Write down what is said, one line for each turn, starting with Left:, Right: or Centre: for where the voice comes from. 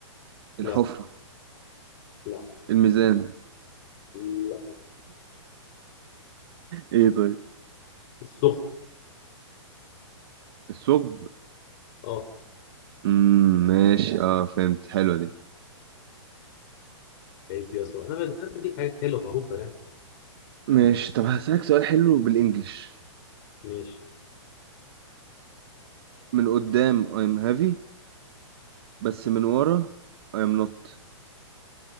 Right: الحفرة
Left: لا لا
Right: الميزان
Left: لا
Right: ايه طيب
Left: السخن
Right: الثقب
Left: اه
Right: مم، ماشي اه فهمت حلوة دي
Left: عيب يا اسطى انا بد- انا بديك حاجات حلوه معروفه يعني
Right: ماشي طب هسألك سؤال حلو بالانجلش
Left: ماشي
Right: من قدام I'm heavy بس من ورا I'm not